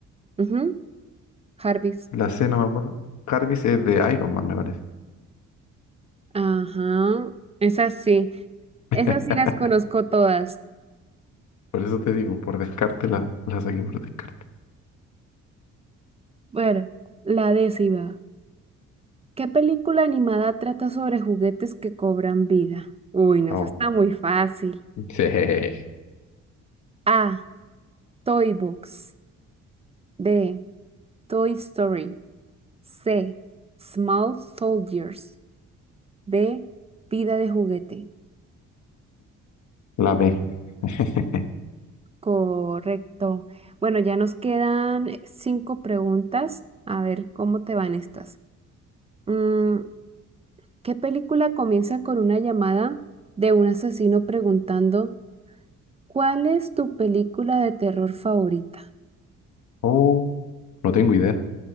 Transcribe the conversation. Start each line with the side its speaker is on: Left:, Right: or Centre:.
Right: Ujú, Jarvis.
Left: La C no me acuerdo. Jarvis es de Iron Man, me parece.
Right: Ajá, esas sí. Esas
Left: <laughs>
Right: sí las conozco todas.
Left: Por eso te digo, por descarte la, la saqué por descarte.
Right: Bueno, la décima. ¿Qué película animada trata sobre juguetes que cobran vida? Uy, no,
Left: Oh,
Right: eso está muy fácil.
Left: sí.
Right: A. Toy Box. B. Toy Story. C. Small Soldiers. D. Vida de juguete.
Left: La B. <laughs>
Right: Correcto. Bueno, ya nos quedan eh, cinco preguntas. A ver cómo te van estas. Mm, ¿qué película comienza con una llamada de un asesino preguntando, ¿cuál es tu película de terror favorita?
Left: Oh, no tengo idea.